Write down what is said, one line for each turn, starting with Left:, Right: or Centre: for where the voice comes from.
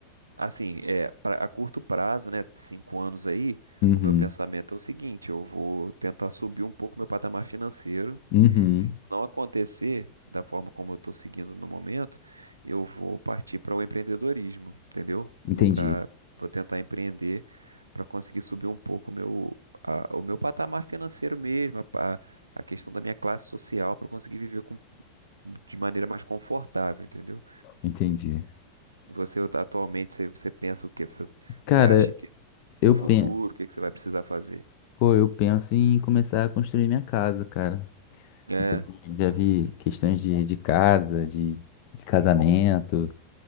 Right: Assim, é, pra- a curto prazo, né? Cinco anos aí,
Left: Uhum,
Right: o meu pensamento é o seguinte: eu vou tentar subir um pouco meu patamar financeiro
Left: uhum.
Right: Se isso não acontecer da forma como eu estou seguindo no momento, eu vou partir para o empreendedorismo, entendeu? Eu
Left: Entendi,
Right: Vou para, vou tentar empreender para conseguir subir um pouco o meu, a- o meu patamar financeiro mesmo, a, pa- a questão da minha classe social para conseguir viver com- de maneira mais confortável, entendeu?
Left: entendi.
Right: Você atualmente, você, você pensa o quê? Você,
Left: Cara,
Right: você acha que
Left: eu
Right: no futuro,
Left: penso,
Right: o que que você vai precisar fazer?
Left: pô, eu penso em começar a construir minha casa, cara.
Right: É,
Left: Já vi, já vi questões de, de casa, de, de casamento,